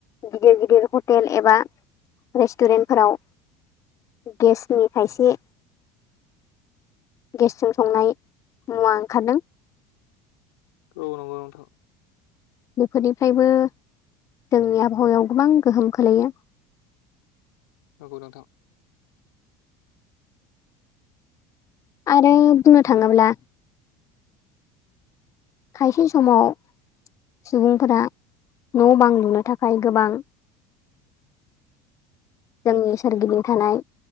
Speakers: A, on the left; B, on the left.
A: गिदिर गिदिर हटेल एबा रेस्टुरेन्टफोराव गेसनि खायसे गेसजों संनाय मुवा ओंखारदों
B: औ नंगौ नोंथां।
A: बेफोरनिफ्रायबो जोंनि आबहावायाव गोबां गोहोम खोलैयो।
B: नंगौ नोंथां
A: आरो बुंनो थाङोब्ला खायसे समाव सुबुंफोरा न' बां लुनो थाखाय गोबां जोंनि सोरगिदिं थानाय